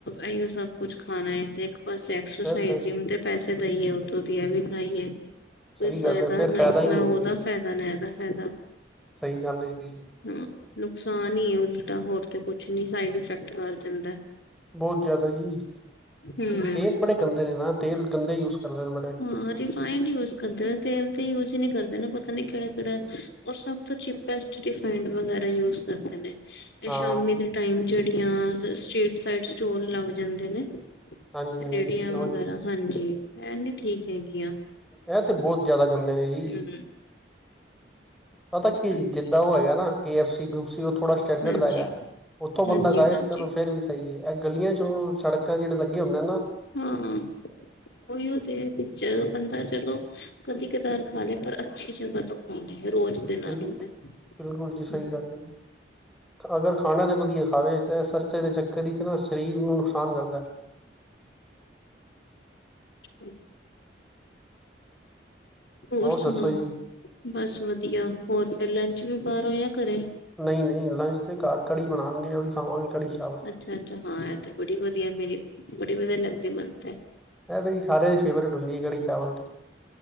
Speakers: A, on the left; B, in the centre.
A: ਇਓ ਸਭ ਕੁਛ ਖਾਣਾ ਤੇ ਇੱਕ ਪਾਸੇ ਐਕਸਰਸਾਈਜ਼
B: ਫਿਰ ਤੇ
A: ਜਿੰਮ ਦੇ ਪੈਸੇ- ਥ ਦਈਏ ਉਹਥੋਂ ਇਹ ਵੀ ਖਾਈਏ ਕੋਈ
B: ਸਹੀ
A: ਫਾਇਦਾ
B: ਗੱਲ ਹੈ ਫਿਰ
A: ਨਾ-ਨਾ
B: ਹੀ ਨਹੀਂ ਹੋਗਾ
A: ਉਹਦਾ ਫਾਇਦਾ ਨਾ ਇਹਦਾ ਫਾਇਦਾ
B: ਸਹੀ ਗੱਲ ਏ ਜੀ
A: ਹਾਂ ਨੁਕਸਾਨ ਹੀ ਹੈ ਉਲਟਾ ਹੋਰ ਤੇ ਕੁਛ ਨੀ ਸਾਈਡ ਇਫੈਕਟ ਕਰ ਜਾਂਦਾ
B: ਬਹੁਤ ਜਿਆਦਾ ਜੀ
A: ਹਮ
B: ਤੇਲ ਬੜੇ ਗੰਦੇ ਨੇ ਨਾ ਤੇਲ ਗੰਦੇ ਯੂਜ ਕਰਦੇ ਨੇ ਬੜੇ
A: ਹਾਂ ਰਿਫਾਈਡਂ ਯੂਜ ਕਰਦੇ ਨੇ ਤੇਲ ਤੇ ਯੂਜ ਹੀ ਨਹੀਂ ਕਰਦੇ ਨਾ ਪਤਾ ਨੀ ਕਿਹੜਾ-ਕਿਹੜਾ ਰ ਸਭ ਤੋਂ ਚੀਪੈਸਟ ਰਿਫਾਇੰਡ ਵਗੈਰਾ ਯੂਜ ਕਰਦੇ ਨੇ ਤੇ
B: ਹਾਂ
A: ਸ਼ਾਮੀ ਦੇ ਟਾਇਮ ਜੇੜੀਆਂ ਸਟ੍ਰੀਟ ਸਾਇਡ ਸਟੋਰ ਲਗ ਜਾਂਦੇ ਨੇ
B: ਹਾਂਜੀ ਹਾਂਜੀ
A: ਰੇੜੀਆਂ
B: ਉਹੀ
A: ਵਗੈਰਾ ਹਾਂਜੀ ਇਹ ਨੀ ਠੀਕ ਹੈਗੀਆਂ।
B: ਇਹ ਤੇ ਬਹੁਤ ਜ਼ਿਆਦਾ ਗੰਦੇ ਨੇ ਜੀ।
A: ਹਮ
B: ਪਤਾ ਕੇ
A: ਹਾਂਜੀ
B: ਹੈ ਜੀ ਜਿੱਦਾਂ ਉਹ ਹੈਗਾ ਨਾ ਕੇ ਐਫ ਸੀ ਗਰੁੱਪ ਸੀ ਉਥੋਂ ਥੋੜਾ ਸਟੈਂਡਰਡ
A: ਹਾਂਜੀ
B: ਦਾ ਹੈਗਾ, ਉੱਥੋਂ ਬੰਦਾ
A: ਹਾਂਜੀ
B: ਖਾਏ
A: ਹਾਂਜੀ
B: ਚਲੋ ਫੇਰ ਵੀ ਸਹੀ ਹੈ ਇਹ ਗਲੀਆਂ ਚੋਂ ਸੜਕਾਂ ਜਿਹੜੇ ਲੱਗੇ ਹੁੰਦੇ ਨਾ-
A: ਹਾਂ। ਉਹੀਓ ਦੇਰ ਵਿੱਚ ਬੰਦਾ ਚਲੋ ਕਦੀ-ਕਧਾਰ ਖਾ ਲੇ ਪਰ ਅੱਛੀ ਜਗ੍ਹਾ ਤੋਂ ਖਾ ਲੇ। ਰੋਜ਼ ਦੇ
B: ਬਿਲ
A: ਨਾਲ ਹੁੰਦਾ ।
B: ਬਿਲਕੁਲ ਜੀ ਸਹੀ ਗੱਲ ਹੈ ਜੀ ਅਗਰ ਖਾਣਾ ਤੇ ਵਧੀਆ ਖਾਵੇ ਚਾਹੇ ਸਸ ਤੇ ਦੇ ਚੱਕਰ ਵਿੱਚ ਨਾ ਸਰੀਰ ਨੂੰ ਨੁਕਸਾਨ ਕਰਦਾ।
A: <unintelligible> ਹੋਰ ਸੁਣਾੋਓ।
B: ਦੱਸੋ ਜੀ
A: ਬਸ ਵਧੀਆ ਹੋਰ ਫਿਰ ਲੰਚ ਵੀ ਬਾਹਰੋ ਤਾਂ ਘੱਰੇ।
B: ਨਹੀਂ ਨਹੀਂ ਲੰਚ ਤੇ ਘਰ ਕੜੀ ਬਣਾਣਗੇ ਉਹ ਵੀ ਖਾਵਾਂਗੇ ਕੜੀ। ਚਾਵਲ
A: ਅੱਛਾ, ਅੱਛਾ ਹਾਂ ਇਹ ਤੇ ਬੜੀ ਵਧੀਆ ਮੇਰੀ ਬੜੀ ਵਧੀਆ ਲੱਗਦੀ ਮੈਨ ਤੇ
B: ਇਹ ਬਈ ਸਾਰੇਆਂ ਦੀ ਫੇਵਰੇਟ ਹੁੰਦੀ ਹੈ ਕੜੀ ਚਾਵਲ ਤੇ